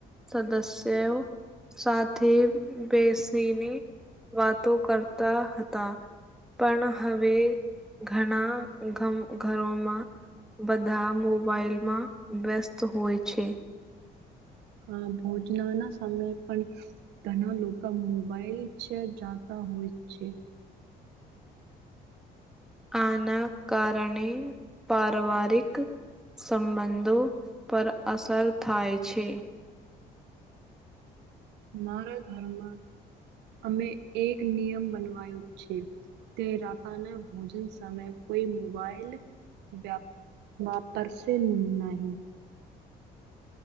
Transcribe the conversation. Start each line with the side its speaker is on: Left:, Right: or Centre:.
Centre: સદસ્ય સાથે બેસીને વાતો કરતા હતા. પણ હવે ઘણા મ ઘરોમાં બધા મોબાઈલમાં વ્યસ્ત હોય છે.
Right: હા ભોજના ના સમયે પણ ઘણા લોકા મોબાઈલ છે જાતા હોય છે.
Centre: આના કારણે પારવારિક સંબંધો પર અસર થાય છે.
Right: મારા ઘરમાં અમે એક નિયમ બનવાયું છે. તે રાતાના ભોજન સમય કોઈ મોબાઈલ વ્યા વાપરસે નહી.